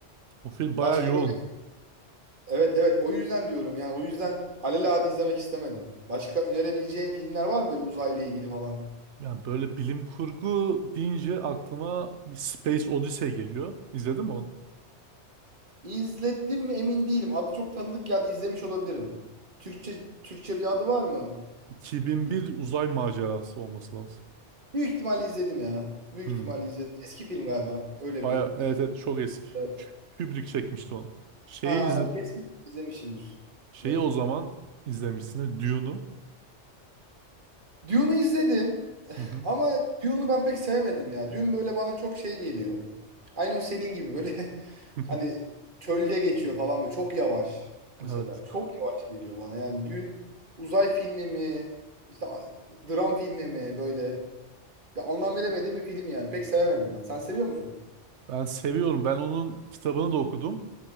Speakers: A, on the right (about 70°); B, on the right (about 45°).
A: O film bayağı
B: Başka
A: yoğun.
B: böyle evet evet o yüzden diyorum yani o yüzden alelade izlemek istemedim. Başka önerebileceğin filmler var mı böyle uzayla ilgili falan?
A: Yani böyle bilim kurgu deyince aklıma bir Space Odyssey geliyor. İzledin mi onu?
B: İzledim mi emin değilim. Adı çok tanıdık geldi izlemiş olabilirim. Türkçe Türkçe bir adı var mı?
A: 2001
B: Bil-
A: uzay macerası olması lazım.
B: Büyük ihtimalle izledim ya. Büyük
A: Hmm.
B: ihtimalle izledim. Eski film galiba. Öyle
A: Baya
B: bir
A: evet,
B: iz-
A: evet çok eski.
B: evet.
A: Kü- Kubrick çekmişti onu. Şeyi
B: Ha,
A: izle-
B: kesin izlemişimdir.
A: şeyi
B: Neyi?
A: o zaman izlemişsin. Dune'u.
B: Dune'u izledim
A: Hı hı.
B: ama Dune'u ben pek sevemedim ya. Dune böyle bana çok şey geliyor. Aynı o senin gibi böyle <laughs>
A: <laughs>
B: hani çölde geçiyor falan böyle çok yavaş mesela.
A: Evet.
B: Çok yavaş geliyor bana yani Dune uzay filmi mi işte a- dram filmi mi böyle bir anlam veremediğim bir film yani. Pek sevemedim ben. Sen seviyor musun?
A: Ben seviyorum. Ben onun kitabını da okudum.